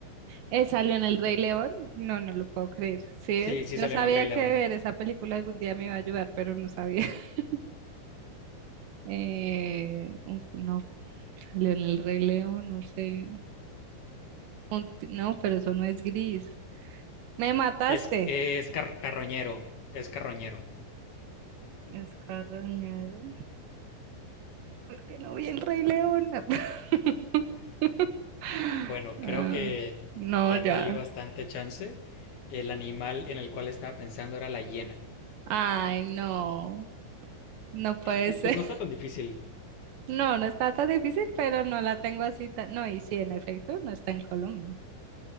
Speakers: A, on the right; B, on the left.
A: eh, salió en El Rey León. No, no lo puedo creer. ¿Sí
B: Sí,
A: ves?
B: sí
A: Yo
B: salió
A: sabía
B: en El Rey León.
A: que ver esa película algún día me iba a ayudar, pero no sabía. <laughs> Eh, un- no, salió en El Rey León, no sé. Un ti- no, pero eso no es gris. Me mataste.
B: Es, es car- carroñero, es carroñero.
A: Es carroñero. ¿Por qué no vi El Rey León? <laughs>
B: Bueno, creo
A: Ah,
B: que
A: no,
B: ya
A: ya.
B: te di bastante chance. El animal en el cual estaba pensando era la hiena.
A: Ay, no. No puede
B: Eh,
A: ser.
B: Pues no está tan difícil.
A: No, no está tan difícil, pero no la tengo así tan... No, y sí, en efecto, no está en Colombia.